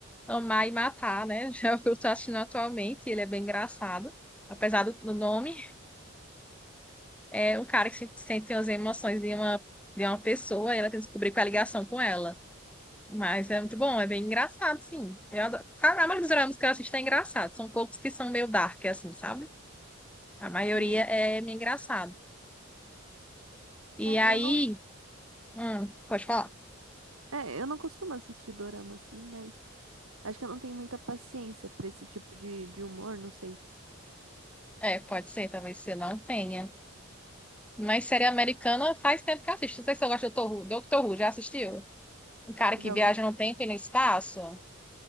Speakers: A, in the centre; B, on the right.
A: amar e matar, né? <laughs> Já é o que eu estou assistindo atualmente, ele é bem engraçado. Apesar do, do nome, é um cara que se- sente as emoções de uma, de uma pessoa e ela tem que descobrir qual é a ligação com ela. Mas é muito bom, é bem engraçado, sim. Eu adoro. A maioria dos dramas que eu assisto é engraçado. São poucos que são meio dark, assim, sabe? A maioria
B: Sim.
A: é meio engraçado. E
B: É,
A: aí,
B: eu não,
A: hum, pode falar?
B: é, eu não costumo assistir dorama, assim, mas... Acho que eu não tenho muita paciência pra esse tipo de, de humor, não sei.
A: É, pode ser, talvez você não tenha. Mas série americana faz tempo que eu assisto. Não sei se eu gosto do Doctor Who. Dr. Who, já assistiu? Um cara
B: Já
A: que viaja
B: ouvi,
A: no tempo e no espaço?